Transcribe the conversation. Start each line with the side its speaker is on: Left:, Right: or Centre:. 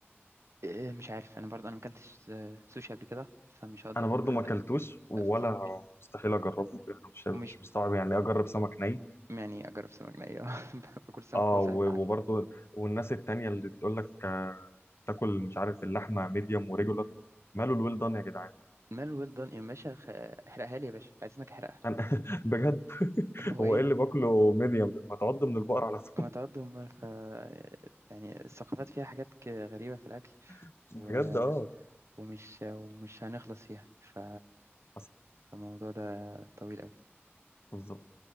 Right: إيه، مش عارف انا برضه انا ما اكلتش آه، سوشي قبل كده فمش هقدر
Left: انا برضو ما اكلتوش ولا
Right: افتيك
Left: مستحيل اجربه يعني مش مش
Right: ومش
Left: مستوعب يعني إيه اجرب سمك ني
Right: يعني اجرب سمك ني آه، <laughs> باكل سمك
Left: اه
Right: وهو صاحب
Left: و-
Right: العافيه
Left: وبرضو والناس التانية اللي تقول لك آه، تاكل مش عارف اللحمه ميديوم وريجولار ماله الويل دان يا جدعان
Right: مال ويل دون يا باشا خ- احرقها لي يا باشا عايز انك احرقها
Left: انا <laughs> بجد
Right: <laughs> هو
Left: هو
Right: ايه
Left: ايه
Right: اللي-
Left: اللي باكله ميديوم ده؟ ما تعض من البقر على طول
Right: ما تقدم بقى ف يعني الثقافات فيها حاجات ك- غريبه في الاكل
Left: <laughs>
Right: و...
Left: بجد اه
Right: ومش ومش هنخلص فيها ف-
Left: حصل
Right: فالموضوع ده طويل قوي
Left: بالظبط